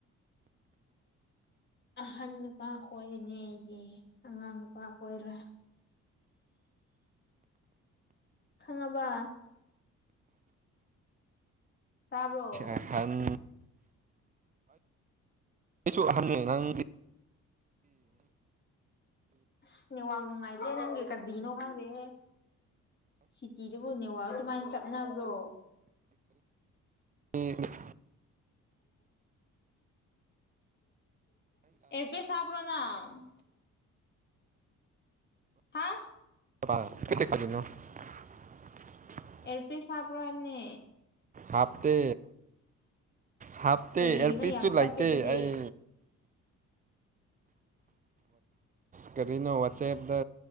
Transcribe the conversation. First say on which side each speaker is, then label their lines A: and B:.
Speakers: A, on the left; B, on the right.
A: ꯑꯍꯟ ꯅꯨꯄꯥ ꯀꯣꯏꯔꯅꯤ ꯑꯩꯗꯤ ꯑꯉꯥꯡ ꯅꯨꯄꯥ ꯀꯣꯏꯔꯣꯏ ꯈꯪꯉꯕ ꯇꯥꯕ꯭ꯔꯣ
B: ꯑꯍꯥꯥꯟ ꯑꯩꯁꯨ ꯑꯍꯟꯅꯦ ꯅꯪ
A: ꯑꯁ ꯅꯦꯠꯋꯥꯡ ꯅꯨꯡꯉꯥꯏꯇꯦ ꯅꯪꯒꯤ ꯀꯔꯤꯅꯣ ꯈꯪꯗꯦꯍꯦ ꯁꯤꯇꯤꯗꯨꯕꯨ ꯅꯦꯋꯥꯛ ꯑꯗꯨꯃꯥꯏꯅ ꯆꯞꯅꯕ꯭ꯔꯣ
B: <unintelligible>
A: ꯑꯦꯔꯄꯤꯁ ꯍꯥꯞꯄ꯭ꯔꫭ ꯅꯪ ꯍꯥ
B: <unintelligible>
A: ꯑꯦꯔꯄꯤꯁ ꯍꯥꯞꯞꯔꯣ ꯍꯥꯏꯝꯅꯦ
B: ꯍꯥꯞꯇꯦ ꯍꯥꯞꯇꯦ
A: ꯀꯔꯤꯒꯤꯅꯣ
B: ꯑꯦꯔꯄꯤꯁꯁꯨ
A: ꯌꯥꯝ ꯆꯞꯄꯦ
B: ꯂꯩꯇꯦ
A: ꯑꯗꯨꯗꯤ
B: ꯑꯩ ꯀꯔꯤꯅꯣ ꯋꯥꯆꯦꯞꯇ